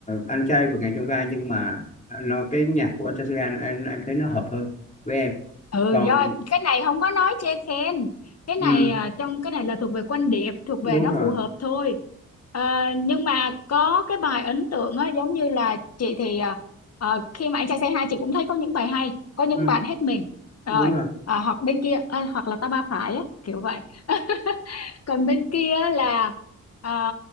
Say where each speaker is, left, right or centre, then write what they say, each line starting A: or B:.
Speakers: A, on the left; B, on the left.
A: anh trai vượt ngàn chông gai nhưng mà nó cái nhạc của anh trai C2 nó- em em thấy nó hợp hơn với em
B: ừ
A: còn
B: do cái này không có nói chê khen cái
A: ừ,
B: này à, trong cái này là thuộc về quan điểm thuộc về
A: đúng
B: nó
A: rồi
B: phù hợp thôi Ờ, nhưng mà có cái bài ấn tượng á giống như là chị thì à, ờ, khi mà anh trai say hi chị cũng thấy có những bài hay có những
A: ừ,
B: bạn hết mình
A: đúng
B: rồi
A: rồi
B: à, hoặc bên kia à, hoặc là ta ba phải á kiểu vậy <laughs> còn bên kia là à,